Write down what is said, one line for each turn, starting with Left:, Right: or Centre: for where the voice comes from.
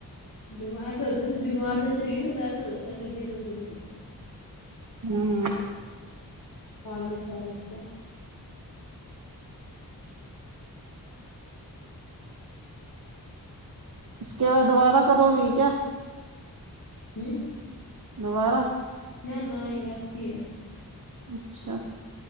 Left: بیمار ایسے ہوتا ہے ج بیمار سے شریر سوو تو پھر دن سوگی تو
Right: ہوں
Left: خالس خالی سا
Right: اس کے بعد دوبارہ کرو گی کیا
Left: ہوں
Right: دوبارہ
Left: نا نہ یے لاسٹ ہی ہے
Right: اچھا